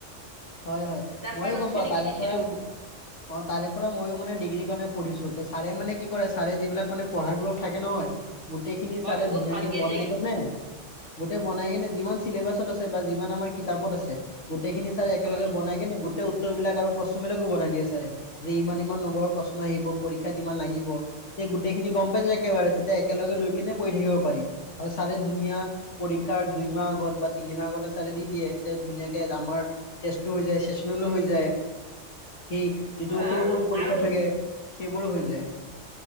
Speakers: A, on the left; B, on the right.
A: হয়-হয়
B: তাৰ
A: মইও
B: পৰাই নোটছখিনি
A: গম পাওঁ তাৰে
B: কিনিছিলো
A: পৰা অ' তাৰে তাৰ পৰা ময়ো মানে ডিগ্ৰীৰ কাৰণে পঢ়িছো ছাৰে মানে কি কৰে ছাৰে যিবিলাক মানে পঢ়াবোৰ থাকে নহয় গোটেই খিনি
B: হয়
A: চাৰে
B: বহুত
A: ধুনীয়াকে
B: ভালকে
A: বনাই
B: দিয়ে কিন্তু
A: কনে গোটেই বনাই কেনে যিমান চিলেবাছত আছে বা যিমান আমাৰ কিতাপত আছে গোটেই খিনি ছাৰে একেলগে
B: হয়
A: বনাই কেনে গোটেই উত্তৰ বিলাক আৰু প্ৰশ্ন বিলাকো বনাই দিয়ে ছাৰে যে ইমান ইমান নম্বৰৰ প্ৰশ্ন আহিব পৰীক্ষাত ইমান লাগিব গোটেই খিনি গম পাই যে একেবাৰে তেতিয়া একেলগে লৈ কেনে পঢ়ি থাকিব পাৰি আৰু চাৰে ধুনীয়া পৰীক্ষাৰ দুই মাহ আগত বা তিনি মাহ আগত আ তাতে দি দিয়ে তেওঁ ধুনাকে আমাৰ টেষ্টো হৈ যায় চেচনলো
B: হয়
A: হৈ যায় <unintelligible> সেই যিটো
B: হয়
A: সৰু
B: আৰু
A: সৰু পৰীক্ষা
B: আৰু কিন্তু
A: থাকে সেইবোৰো হৈ যায়